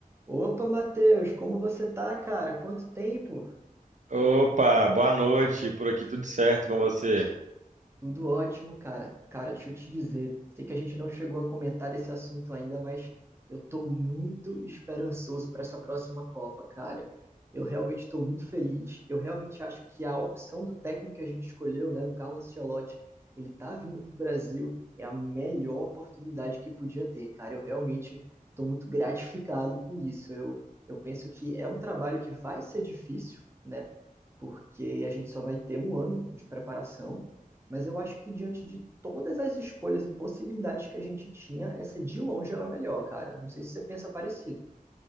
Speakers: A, on the right; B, on the right.
A: Opa, Matheus, como você tá, cara? Quanto tempo?
B: Opa, boa noite. Por aqui tudo certo com você?
A: Tudo ótimo, cara. Cara, deixa eu te dizer, sei que a gente não chegou a comentar desse assunto ainda, mas eu tô muito esperançoso para essa próxima Copa, cara. Eu realmente estou muito feliz. Eu realmente acho que a opção do técnico que a gente escolheu, né, do Carlo Ancelotti, ele tá vindo pro Brasil, é a melhor oportunidade que podia ter, cara. Eu realmente estou muito gratificado com isso. Eu, eu penso que é um trabalho que vai ser difícil, né? Porque a gente só vai ter um ano de preparação mas eu acho que diante de todas as escolhas e possibilidades que a gente tinha, essa de longe era a melhor, cara. Não sei se você pensa parecido.